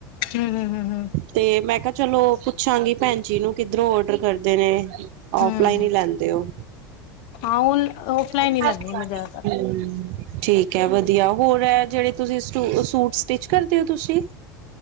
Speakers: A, on the left (about 45°); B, on the right (about 45°).
A: ਹਮ ਹਮ ਹਮ
B: ਤੇ ਮੈਂ ਕਿਆ, ਚਲੋ, ਪੁੱਛਾਂਗੀ ਭੈਣ ਜੀ ਨੂੰ ਕਿੱਧਰੋਂ ਓਡਰ ਕਰਦੇ ਨੇ।
A: ਹਮ
B: ਓਫਲਾਈਨ
A: ਹਮ
B: ਈ ਲੈਂਦੇ ਓ।
A: ਹਾਂ ਔਫਲਾਈਨ
B: ਹੂੰ,
A: ਹੀ ਲੈਂਦੀ ਮੈਂ ਜ਼ਿਆਦਾਤਰ
B: ਠੀਕ। ਠੀਕ ਐ ਵਦੀਆ, ਹੋਰ ਐ ਜੇੜੇ ਤੁਸੀ ਸੂ ਸੂਟ ਸਟਿਚ ਕਰਦੇ ਓ ਤੁਸੀਂ?